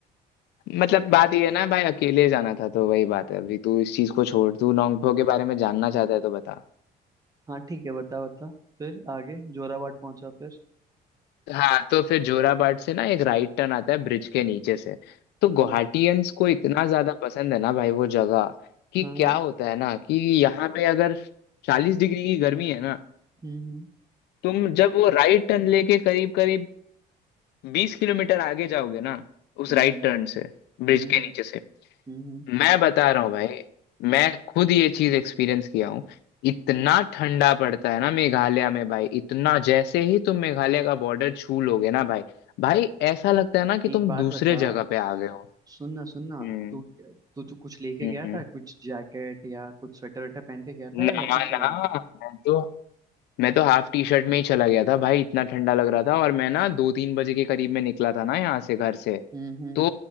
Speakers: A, on the left (about 75°); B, on the right (about 20°).
A: मतलब बात ये है ना भाई अकेले जाना था तो वही बात है अभी तू इस चीज को छोड़ तू नोंगपो के बारे में जानना चाहता है तो बता
B: हाँ ठीक है बता बता फिर आगे जोराबाट पहुंचा फिर
A: हाँ तो फिर जोराबाट से ना एक राइट टर्न आता है ब्रिज के नीचे से तो गुवाहाटियंस
B: हम्म
A: को इतना ज्यादा पसंद है ना भाई वो जगह कि
B: हाँ
A: क्या
B: हाँ
A: होता है ना कि यहाँ पे अगर चालीस डिग्री की गर्मी है ना
B: हम्म
A: तुम जब वो राइट टर्न लेके करीब करीब बीस किलोमीटर आगे जाओगे ना उस
B: हम्म
A: राइट टर्न से ब्रिज
B: हम्म हम्म
A: के नीचे से
B: हम्म हम्म। हम्म, हम्म।
A: मैं बता रहा हूँ भाई मैं खुद ये चीज एक्सपीरियंस किया हूँ इतना ठंडा पड़ता है ना मेघालय में भाई इतना जैसे ही तुम मेघालय का बॉर्डर छू लोगे ना भाई भाई ऐसा लगता है ना कि
B: एक
A: तुम
B: बात
A: दूसरे
B: बता
A: जगह पे
B: सु-
A: आ गए हो
B: सुन ना सुन ना
A: हम्म
B: तू तू तू कुछ लेके
A: हम्म
B: गया था कुछ जैकेट या कुछ स्वेटर वेटर पहन के गया था
A: ना
B: या वैसे ही चला
A: ना
B: गया
A: मैं तो मैं तो हाफ टी शर्ट में ही चला गया था भाई इतना ठंडा लग रहा था और मैं ना दो तीन बजे के करीब में निकला था ना यहाँ से घर से
B: हम्म हम्म
A: तो